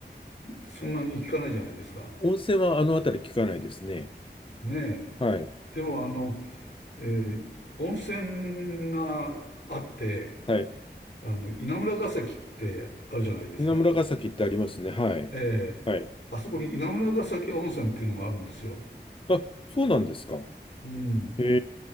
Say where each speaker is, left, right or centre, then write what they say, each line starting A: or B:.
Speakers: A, on the left; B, on the left.
A: そんなに聞かないじゃないですか。
B: 温泉はあの辺り聞かないですね。
A: ねえ。
B: はい、
A: でも、あの、えー温泉があって、
B: はい。
A: あの、稲村ヶ崎ってあるじゃないですか。
B: 稲村ヶ崎ってありますね。はい、
A: ええ。
B: はい。
A: あそこに稲村ヶ崎温泉っていうのがあるんですよ。
B: あ、そうなんですか。
A: うん。
B: へ